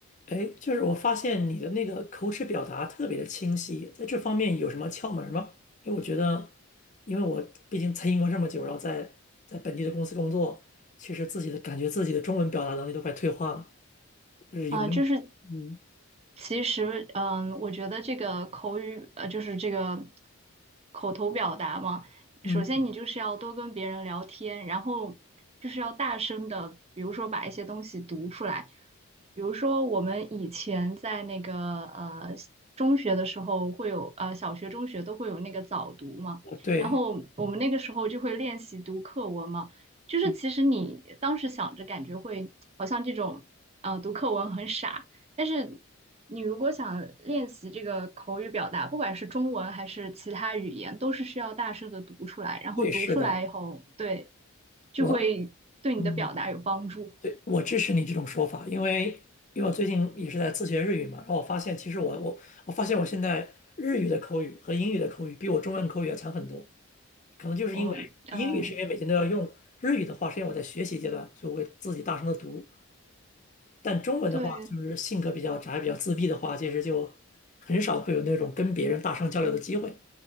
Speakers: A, on the left; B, on the right.
A: 哎，就是我发现你的那个口齿表达特别的清晰，在这方面有什么窍门儿吗？因为我觉得，因为我毕竟在英国这么久，然后在在本地的公司工作，其实自己的感觉自己的中文表达能力都快退化了，就是有没有？
B: 啊，就是
A: 嗯
B: 其实，嗯，我觉得这个口语，呃，就是这个口头表达嘛，
A: 嗯，
B: 首先你就是要多跟别人聊天，然后就是要大声的，比如说把一些东西读出来，比如说我们以前在那个呃中学的时候会有，呃小学、中学都会有那个早读嘛，
A: 对，
B: 然后我们那个时候就会练习读课文嘛。就是其实你当时想着感觉会好像这种，
A: 嗯
B: 呃，读课文很傻，但是你如果想练习这个口语表达，不管是中文还是其他语言，都是需要大声的读出来，然后读出来以后，
A: 对，是的，
B: 对，就会对你的表达有帮助。
A: 我嗯对，我支持你这种说法，因为因为我最近也是在自学日语嘛，然后我发现其实我我我发现我现在日语的口语和英语的口语比我中文口语要强很多。可能就是因为英语是因为每天都要用，
B: 哦，嗯，
A: 日语的话是因为我在学习阶段，所以我会自己大声的读。但中文的话，
B: 对。
A: 就是性格比较宅、比较自闭的话，其实就很少会有那种跟别人大声交流的机会。